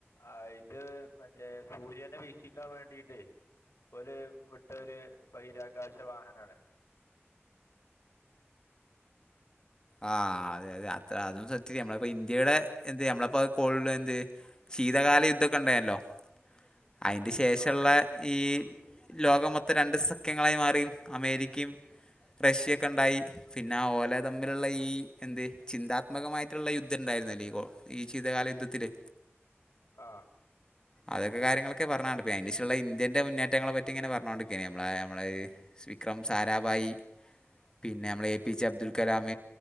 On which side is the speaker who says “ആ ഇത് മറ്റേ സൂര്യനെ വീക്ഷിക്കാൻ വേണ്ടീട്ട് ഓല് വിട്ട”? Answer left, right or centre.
Left